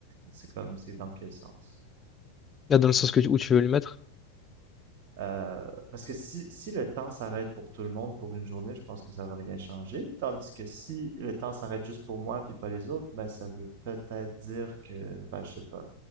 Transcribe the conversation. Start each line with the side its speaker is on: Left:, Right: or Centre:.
Right: c'est comme c'est dans quel sens?
Left: Là, dans le sens que, tu- où tu veux lui mettre.
Right: Euh, parce que si, si le temps s'arrête pour tout le monde pour une journée, je pense que ça va rien changer. Tandis que si le temps s'arrête juste pour moi puis pas les autres, ben ça veut peut-être dire que, ben je sais pas,